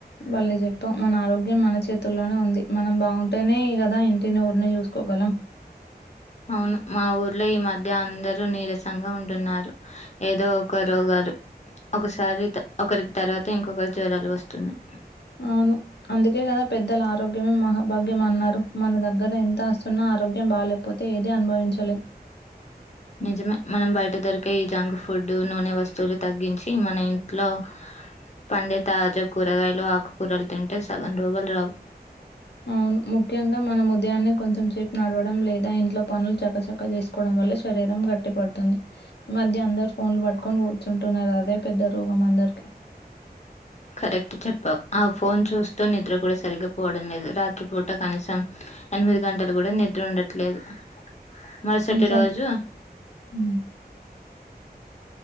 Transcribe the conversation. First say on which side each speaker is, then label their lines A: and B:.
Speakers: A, on the left; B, on the left.
A: మళ్ళీ చెప్పాం మన ఆరోగ్యం మన చేతుల్లోనే ఉంది మనం బాగుంటేనే కదా ఇంటిని ఊరుని చూస్ కోగలం
B: అవును మా ఊర్లో ఈ మధ్య అందరూ నీరసంగా ఉంటున్నారు ఏదో ఒక రోగా ఒకసారి ఒకరికి తర్వాత ఇంకొకరి జ్వరాలు వస్తున్నాయి
A: అవు అందుకే కదా పెద్దల ఆరోగ్యమే మహాభాగ్యం అన్నారు మన దగ్గర ఎంత వస్తున్నా ఆరోగ్యం బాగా పోతే ఏద అనుభవించాలెం
B: నిజమే మనం బయట దొరికే ఈ జంక్ ఫుడ్ నూనె వస్తువులు తగ్గించి మన ఇంట్లో పండి తాజా కూరగాయలు ఆకుకూరలు తింటే సగన్ రోగులు రావు
A: అవును ముఖ్యంగా మనం ఉదయాన్న కొంచెం సేపు నడవడం లేదా ఇంట్లో పనులు చక్కచక్క చేసుకోవడం వల్ల <unintelligible> శరీరం గట్టి పడుతుంది మధ్య అందరు ఫోన్లు పట్టుకొని కూర్చుంటున్నారు అదే పెద్ద రోగం అందరు అ
B: కరెక్ట్ చెప్పావు ఆ ఫోన్ చూస్తూ నిద్ర కూడా సరిగ్గాపోవడం లేదు రాత్రిపూట కనీసం ఎనిమిది గంటలు కూడా నిద్ర ఉండట్లేదు మరుసటీ
A: నిజం
B: రోజు
A: హ్మ్